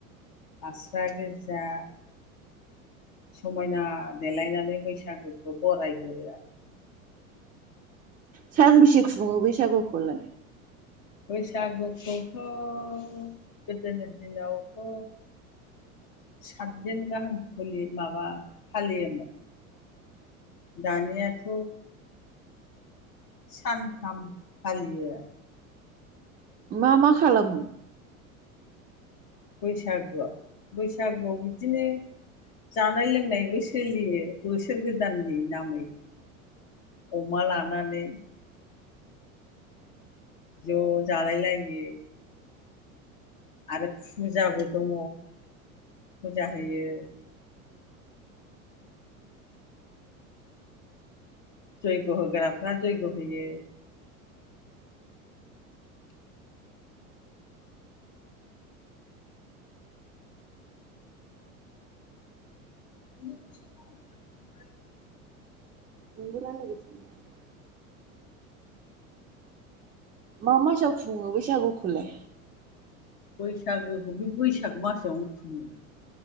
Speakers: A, on the left; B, on the right.
A: हास्रा गोजा समायना देलायनानै बैसागुखौ बरायहरो आरो
B: सानबेसे खुङो बैसागुखौलाय
A: बैसागुखौथ' गोदोनि दिनावथ' साथदिन गाहाम खुलि माबा फालियोमोन दानियाथ' सानथाम फालियो
B: मा मा खालामो
A: बैसागोआव बैसागुआव बि बिदिनो जानाय लोंनायबो सोलियो बोसोर बोसोर गोदाननि नामै अमा लानानै ज' जालाय लायो आरो फुजाबो दङ फुजा होयो जैग होग्राफोरा जैग होयो बिदिनो समाव
B: नोंबो रायलायबाय थानो हायो मा मासाव खुङो बैसागुखौ खौलाय
A: बैसागोखौ बे बैसाग मासआवनो खुङो